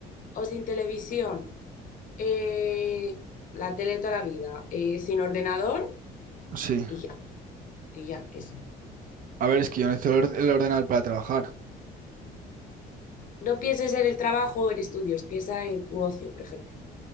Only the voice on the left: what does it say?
o sin televisión eh, la tele toda la vida, eh, sin ordenador
y ya, y ya, eso.
No pienses en el trabajo o en estudios, piensa en tu ocio, por ejemplo,